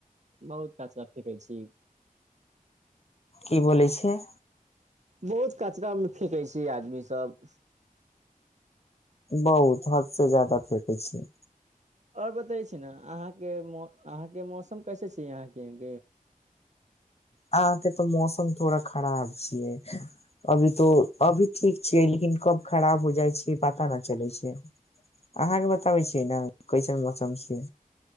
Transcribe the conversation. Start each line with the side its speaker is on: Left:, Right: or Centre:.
Right: बहुत खचा कहै छी
Left: की बोलै छिय
Right: बहुत कचरा मे फेकै छै आदमी सब
Left: बहुत हरसँ जाददा फेेक छी
Right: आओर बतै छी ने अहाँके अहाँके मौसम कैसे छै यहाँकेह
Left: अहाँके तऽ मौसम थोड़ा खराब छियै अभी तो अभी ठीक छियै लेकिन कब खराब हो जाइ छै पता न चलै छै अहाँके बताबै छियै ने कैसन मौसम छियै